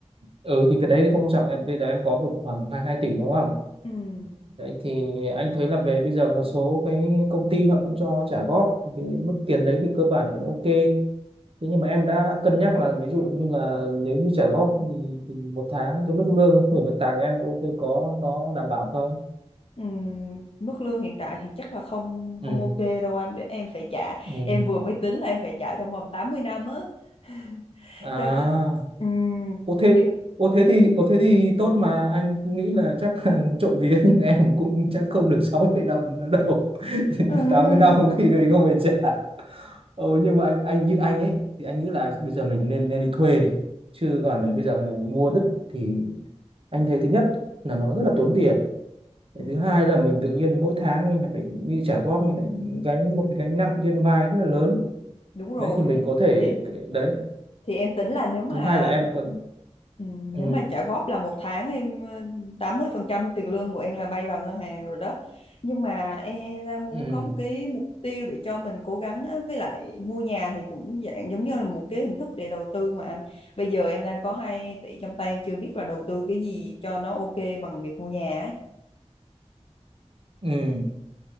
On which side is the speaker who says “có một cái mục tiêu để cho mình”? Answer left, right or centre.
Left